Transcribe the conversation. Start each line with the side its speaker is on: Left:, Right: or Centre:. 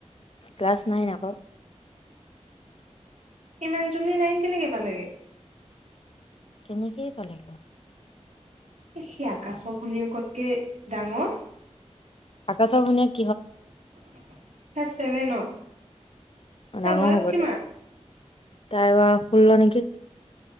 Left: ক্লাছ নাইন আকৌ
Right: সিমান জলি নাইন কেনেকে পালেগে
Left: তেনেকেই পালেগে
Right: সি আকাশৰ ভনীৰ কতকে ডাঙৰ
Left: আকাচ ভনিয়েক
Right: <unintelligible> ছেভনত <inaudible> ত
Left: ডাঙৰ
Right: বয়স
Left: হ'ব
Right: কিমান
Left: তাই বা ষুল্ল নেকি